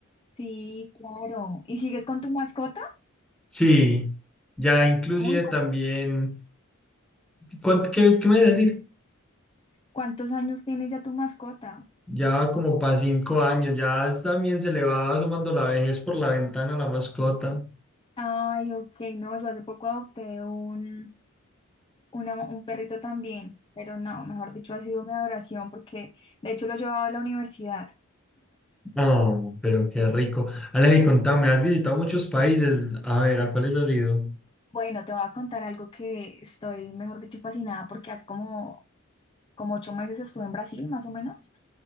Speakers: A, on the left; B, in the centre.
A: Sí, claro. ¿Y sigues con tu mascota?
B: Sí, ya inclusive
A: Uy,
B: también, ¿cuán- ¿qué, qué me decir?
A: ¿Cuántos años tiene ya tu mascota?
B: Ya va como para cinco años, ya también se le va asomando la vejez por la ventana a la mascota.
A: Ay, ok, no, yo hace poco adopté un, una- un perrito también, pero no, mejor dicho, ha sido mi adoración porque de hecho lo llevaba a la universidad.
B: No, pero qué rico. Aleja, y contame, has visitado muchos países. A ver, ¿a cuáles has ido?
A: Bueno, te voy a contar algo que estoy, mejor dicho, fascinada porque hace como como ocho meses estuve en Brasil, más o menos,